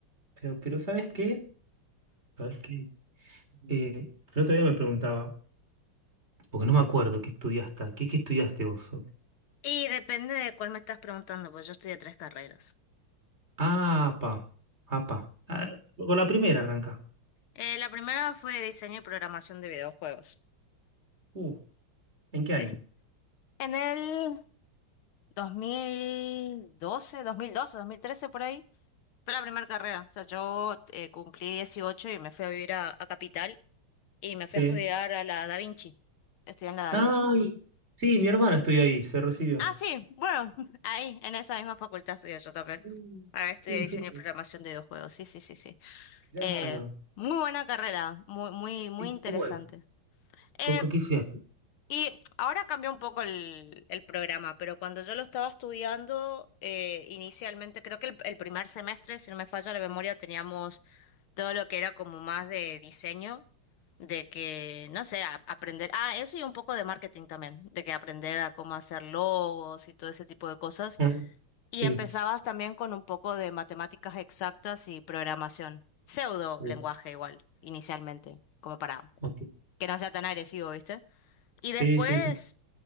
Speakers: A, on the right; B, on the left.
A: pero, pero ¿sabes qué? ¿Sabes qué? Eh, el otro día me preguntaba, porque no me acuerdo qué estudiaste, ¿qué, qué estudiaste vos?
B: Y depende de cuál me estás preguntando, pues yo estudié tres carreras.
A: Ah, pa, ah, pa. Ah, por la primera arranca.
B: Eh, la primera fue diseño y programación de videojuegos.
A: Uh, ¿en qué
B: Sí.
A: año?
B: En el 2012, 2012, 2013 por ahí. Fue la primera carrera. O sea, yo eh, cumplí 18 y me fui a vivir a, a Capital y me fui
A: Sí.
B: a estudiar a la Da Vinci. Estudié en la Da
A: Ay,
B: Vinci.
A: sí, mi hermana estudió ahí, se recibió.
B: Ah, sí, bueno, <laughs> ahí, en esa misma facultad estudié yo también.
A: Mm,
B: Ahora estudié
A: Sí,
B: diseño
A: sí,
B: y programación de videojuegos. Sí, sí, sí, sí.
A: claro.
B: Eh, muy buena carrera, muy, muy, muy
A: ¿Y
B: interesante.
A: ¿Cómo es?
B: Eh,
A: ¿Con, con qué estudiaste?
B: y ahora cambió un poco el, el programa, pero cuando yo lo estaba estudiando, eh, inicialmente creo que el, el primer semestre, si no me falla la memoria, teníamos todo lo que era como más de diseño, de que, no sé, a- aprender, ah, eso y un poco de marketing también, de que aprender a cómo hacer logos y todo ese tipo de cosas.
A: Ah,
B: Y
A: Sí.
B: empezabas también con un poco de matemáticas exactas y programación, pseudo
A: Uh,
B: lenguaje igual, inicialmente, como para
A: ok.
B: que no sea tan agresivo, ¿viste? Y después,
A: Sí, sí, sí.